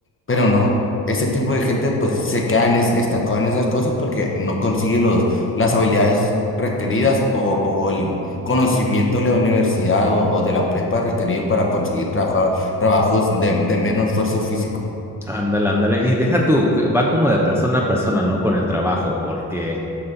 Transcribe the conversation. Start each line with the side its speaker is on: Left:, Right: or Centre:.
Left: pero no, ese tipo de gente pues se queda en es- estancado en esas cosas porque no consigue los, las habilidades requeridas o, o el conocimiento de la universidad o, o de la prepa requerido para conseguir trabajar, trabajos de, de menos esfuerzo físico.
Centre: Ándale, ándale. Y deja tú, que va como de persona a persona, no con el trabajo, porque